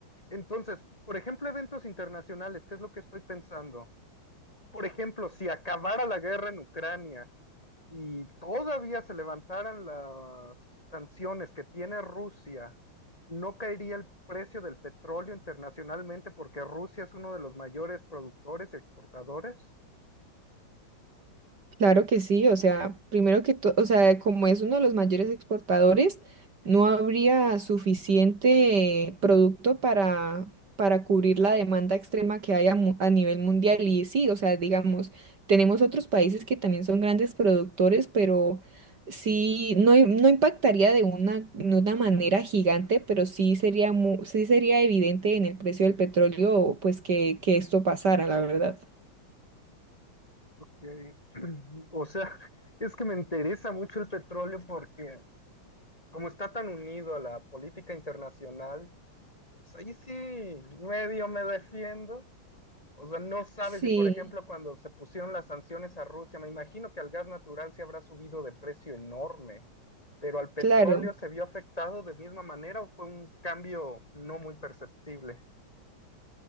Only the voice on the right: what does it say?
Claro que sí, o sea, primero que todo, o sea, como es uno de los mayores exportadores, no habría suficiente producto para, para cubrir la demanda extrema que hay a, mu- a nivel mundial. Y sí, o sea, digamos, tenemos otros países que también son grandes productores, pero sí, no, i- no impactaría de una, de una manera gigante, pero sí sería, mu- sí sería evidente en el precio del petróleo, pues que, que esto pasara, la verdad.
Sí,
claro.